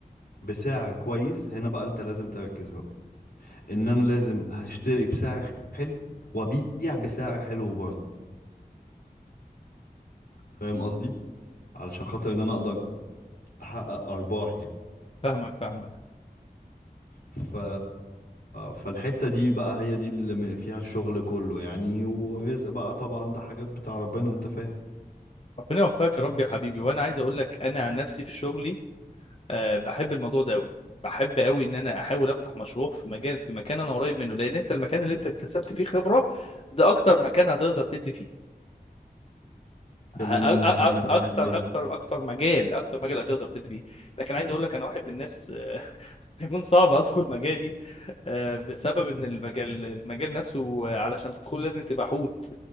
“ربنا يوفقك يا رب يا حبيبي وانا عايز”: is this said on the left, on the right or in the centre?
Left